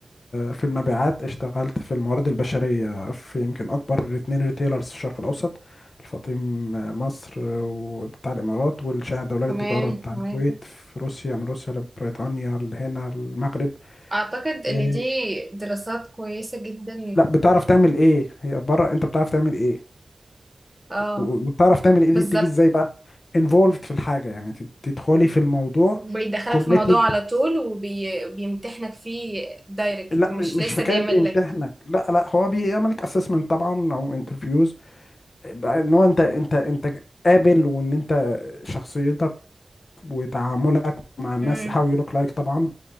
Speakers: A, on the left; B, in the centre.
A: في المبيعات اشتغلت في الموارد البشريه في يمكن اكبر اتنين ريتيلرز في الشرق الاوسط الفاطم مصر وبتاع الامارات والشاهد الدولي للتجاره
B: تمام
A: بتاع
B: تمام
A: الكويت في روسيا من روسيا لبريطانيا لهنا المغرب
B: اعتقد ان
A: إيه
B: دي دراسات كويسه جدا
A: لا بتعرف تعمل ايه هي بره انت بتعرف تعمل ايه
B: اه
A: و- وبتعرف تعمل ايه
B: بالظبط
A: دي بتيجي ازاي بقى involved في الحاجه يعني تت- تدخلي في الموضوع
B: بيدخلك
A: committed
B: في الموضوع على طول وبيمتحنك فيه دايركت
A: لا
B: مش
A: مش مش
B: لسه
A: حكايه
B: بيعمل
A: بيمتحنك
B: لك
A: لا لا هو بيعملك اسسمنت طبعا او انترفيوز بقى ان هو انت انت انت قابل وان انت شخصيتك وتعاملك مع الناس
B: مم.
A: how you look like طبعا